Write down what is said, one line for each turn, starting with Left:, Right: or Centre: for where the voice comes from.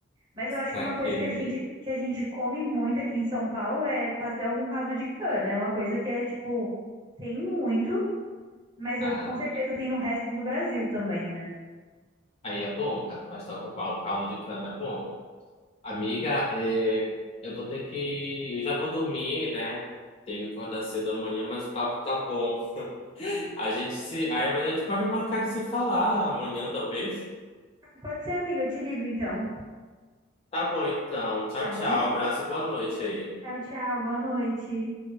Right: Mas eu acho
Left: Saquei.
Right: que uma coisa que a gente, que a gente come muito aqui em São Paulo é pastel com caldo de cana. É uma coisa que é, tipo, tem muito, mas eu,
Left: Ah,
Right: com certeza tem no resto do Brasil também, né?
Left: aí é bom, cara. Pastel com pau- caldo de cana é bom. Amiga, é, eu vou ter que. Eu já vou dormir, né? Tenho que acordar cedo amanhã, mas o papo tá bom. A gente se. Aí mas a gente pode marcar de se falar amanhã, talvez.
Right: Pode ser, amiga, eu te ligo então,
Left: Tá bom, então. Tchau,
Right: tá bom?
Left: tchau. Abraço e boa noite aí.
Right: Tchau, tchau, boa noite.